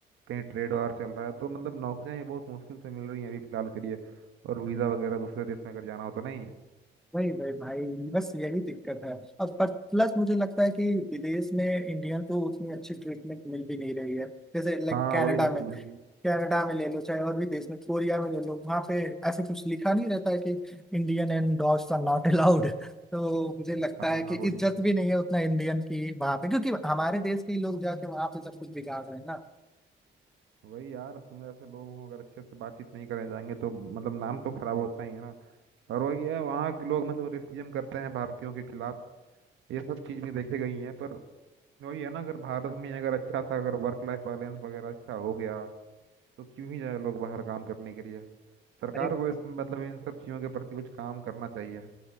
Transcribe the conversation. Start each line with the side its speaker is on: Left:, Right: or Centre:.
Right: कहीं ट्रेड वार चल रहा है तो मतलब नौकरियां ये बहुत मुश्किल से मिल रही हैं अभी फिलहाल के लिए और वीज़ा वगैरह दूसरे देश में अगर जाना हो तो नहीं
Centre: वही वही भाई बस यही दिक्कत है अब पर प्लस मुझे लगता है कि विदेश में इंडियन को उतनी अच्छी ट्रीटमेंट मिल भी नहीं रही है जैसे लाइक
Right: हाँ
Centre: कनाडा
Right: वही रीजन
Centre: में कनाडा में ले लो चाहे और भी देश में कोरिया में ले लो वहाँ पे ऐसे कुछ लिखा नहीं रहता है कि Indian and dogs are not allowed तो मुझे लगता
Right: हाँ
Centre: है कि
Right: वही
Centre: इज्जत भी नहीं है उतना इंडियन की वहाँ पे क्योंकि हमारे देश के ही लोग जाके वहाँ पे सब कुछ बिगाड़ रहे हैं
Right: वही यार अब तुम ऐसे लोग हो अगर अच्छे से बातचीत नहीं करे जाएंगे तो मतलब नाम तो खराब होता ही है ना और वही है वहाँ के लोग मतलब रेसिज्म करते हैं भारतीयों के खिलाफ ये सब चीज़ भी देखी गई है पर वही है ना अगर भारत में अगर अच्छा सा अगर वर्क लाइफ बैलेंस वगैरह अच्छा हो गया तो क्यों ही जाए लोग बाहर काम करने के लिए सरकार
Centre: ना
Right: को इस मतलब इन सब चीज़ों के प्रति कुछ काम करना चाहिए